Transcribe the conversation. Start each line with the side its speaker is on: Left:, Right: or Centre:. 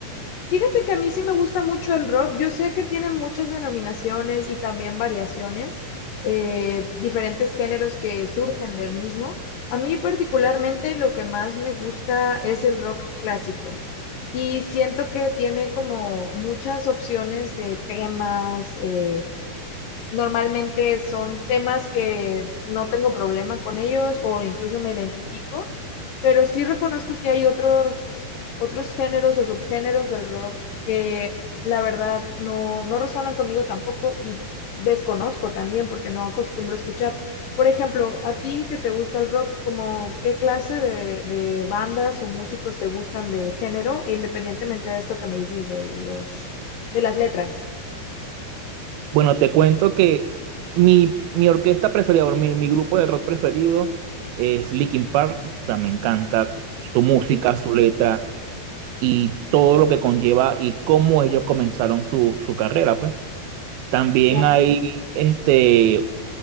Left: Fíjate que a mí sí me gusta mucho el rock. Yo sé que tiene muchas denominaciones y también variaciones, eh, diferentes géneros que surgen del mismo. A mí particularmente lo que más me gusta es el rock clásico. Y siento que tiene como muchas opciones de temas, eh, Normalmente son temas que no tengo problema con ellos o incluso me identifico, pero sí reconozco que hay otros, otros géneros o subgéneros del rock que la verdad no, no resonan conmigo tampoco y desconozco también porque no acostumbro a escuchar. Por ejemplo, a ti que te gusta el rock, como qué clase de, de bandas o músicos te gustan del género, independientemente de esto que me dices de los de las letras.
Right: Bueno, te cuento que mi, mi orquesta preferida, o mi, mi grupo de rock preferido es Linkin Park. O sea, me encanta su música,
Left: Súper.
Right: su letra y todo lo que conlleva y cómo ellos comenzaron su, su carrera, pues. También
Left: Ya
Right: hay este,